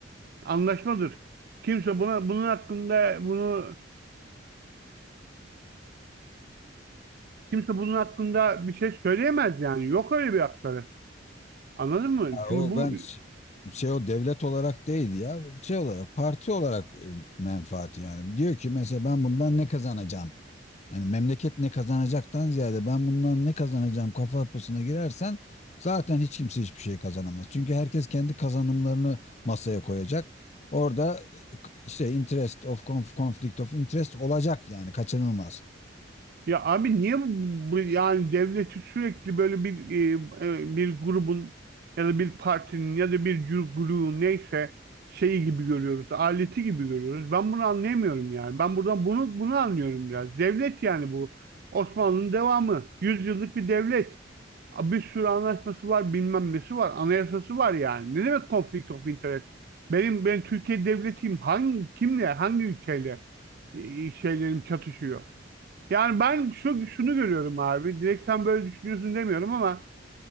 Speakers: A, on the right (about 55°); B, on the left (about 40°).
A: Anlaşmadır. Kimse buna bunun hakkında bunu kimse bunun hakkında bir şey söyleyemez yani. Yok öyle bir hakları. Anladın mı?
B: Ya
A: Çünkü
B: o
A: bu
B: ben ş- şey o devlet olarak değil ya şey olarak parti olarak e, menfaati yani diyor ki mesela ben bundan ne kazanacağım? Hani memleket ne kazanacaktan ziyade ben bundan ne kazanacağım kafa yapısına girersen zaten hiç kimse hiçbir şey kazanamaz. Çünkü herkes kendi kazanımlarını masaya koyacak. Orada e, işte interest of conf- conflict of interest olacak yani kaçınılmaz.
A: Ya abi niye bu, bu- yani devleti sürekli böyle bir e, e, bir grubun ya da bir partinin ya da bir gru- grubun neyse şeyi gibi görüyoruz, aleti gibi görüyoruz. Ben bunu anlayamıyorum yani. Ben buradan bunu bunu anlıyorum biraz. Devlet yani bu. Osmanlı'nın devamı. Yüzyıllık bir devlet. A, Bir sürü anlaşması var, bilmem nesi var, anayasası var yani. Ne demek conflict of interest? Benim ben Türkiye devletiyim. Hangi kimle, hangi ülkeyle e, e, şeylerim çatışıyor? Yani ben şu, şunu görüyorum abi. Direkt sen böyle düşünüyorsun demiyorum ama